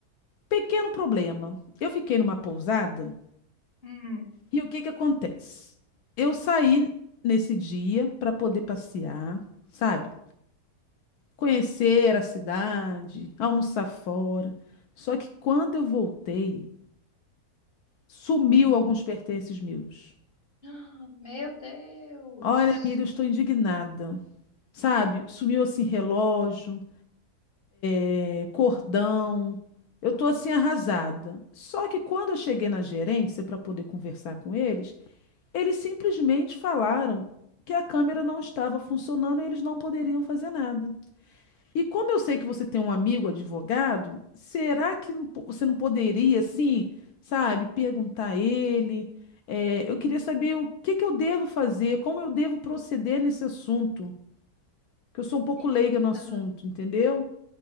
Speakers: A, on the left; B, on the left.
A: Pequeno problema. Eu fiquei numa pousada
B: Hum,
A: e o que que acontece? Eu saí nesse dia para poder passear, sabe? Conhecer a cidade, almoçar fora. Só que quando eu voltei, sumiu
B: hum.
A: alguns pertences meus.
B: <gasps> Ah, Meu Deus.
A: Olha, amiga, eu estou indignada. Sabe? Sumiu assim relógio, eh, cordão. Eu tô assim arrasada. Só que quando eu cheguei na gerência para poder conversar com eles, Eles simplesmente falaram que a câmera não estava funcionando e eles não poderiam fazer nada. E como eu sei que você tem um amigo advogado, será que não po- você não poderia, assim, sabe, perguntar a ele? É, eu queria saber o que que eu devo fazer, como eu devo proceder nesse assunto, que eu sou um pouco
B: Então,
A: leiga no assunto, entendeu?